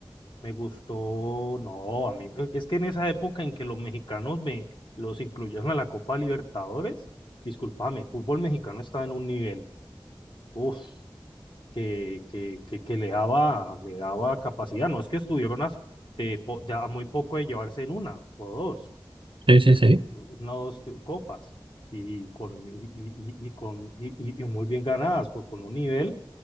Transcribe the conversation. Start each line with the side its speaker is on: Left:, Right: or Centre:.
Left: me gustó, no, a mí e, es que en esa época en que los mexicanos me los incluyeron a la Copa Libertadores, discúlpame, el fútbol mexicano estaba en un nivel, uff, que, que, que, que le daba, le daba capacidad, no es que estuvieron a, de po- de a muy poco de llevarse en una o dos
Right: Sí, sí, sí. sí.
Left: una o dos copas y con, y, y- y- y con y, y- y muy bien ganadas, por con un nivel,